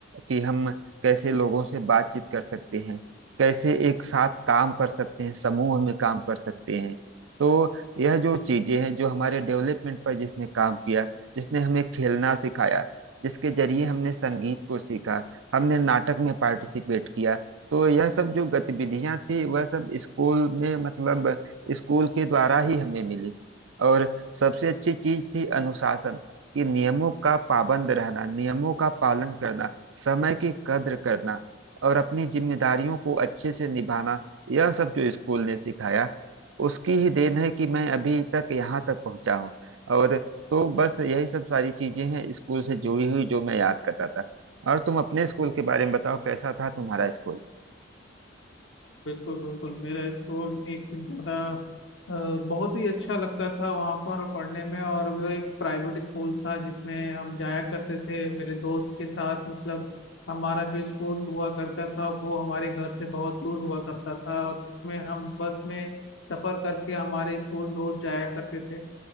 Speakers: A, on the right; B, on the left.
A: कि हम कैसे लोगों से बातचीत कर सकते हैं कैसे एक साथ काम कर सकते हैं समूह में काम कर सकते हैं तो यह जो चीजें हैं जो हमारे डेवलपमेंट पर जिसने काम किया जिसने हमें खेलना सिखाया जिसके जरिए हमने संगीत को सीखा हमने नाटक में पार्टिसिपेट किया तो यह सब जो गतिविधियां थी वह सब स्कूल में मतलब स्कूल के द्वारा ही हमें मिली और सबसे अच्छी चीज थी अनुशासन कि नियमों का पाबंद रहना नियमों का पालन करना समय की कद्र करना और अपनी जिम्मेदारियों को अच्छे से निभाना यह सब जो स्कूल ने सिखाया उसकी ही देन है कि मैं अभी तक यहाँ तक पहुँचा हूँ और तो बस यही सब सारी चीजें हैं स्कूल से जुड़ी हुई जो मैं याद कर रहा था और तुम अपने स्कूल के बारे में बताओ कैसा था तुम्हारा स्कूल
B: बिल्कुल बिल्कुल मेरा स्कूल एकदम ज्यादा अ, बहुत ही अच्छा लगता था वहाँ पर पढ़ने में और वो एक प्राइवेट स्कूल था जिसमें हम जाया करते थे मेरे दोस्त के साथ मतलब हमारा जो स्कूल हुआ करता था वो हमारे घर से बहुत दूर हुआ करता था और जिसमें हम बस में सफर करके हमारे स्कूल रोज जाया करते थे